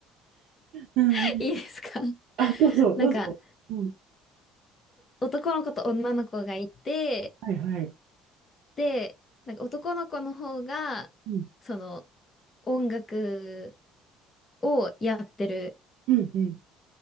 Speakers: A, on the right (about 60°); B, on the left (about 35°).
A: うんうん、
B: <laughs> いいですか
A: あ、どうぞ、
B: <laughs> なんか、
A: どうぞ。うん、
B: お男の子と女の子がいて、
A: はい、はい。
B: で、なんか男の子の方が、
A: うん、
B: その、音楽をやってる。
A: うん、うん、